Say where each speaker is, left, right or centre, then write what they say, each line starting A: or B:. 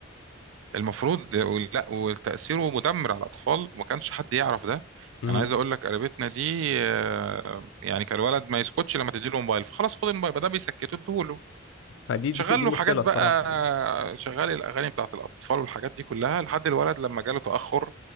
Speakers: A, on the right (about 75°); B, on the left (about 70°).
A: المفروض لا وتأثيره مدمر على الأطفال وما كانش حد يعرف ده
B: امم
A: يعني عايز أقول لك قريبتنا دي آه، يعني كان الولد ما يسكتش لما تديله موبايل فخلاص خد الموبايل ما ده بيسكته اديهوله
B: فدي
A: شغال
B: دي دي
A: له
B: مشكلة
A: حاجات بقى
B: الصراحة يعني
A: شغال الاغاني بتاعت الاطفال والحاجات دي كلها لحد الولد لما جاله تاخر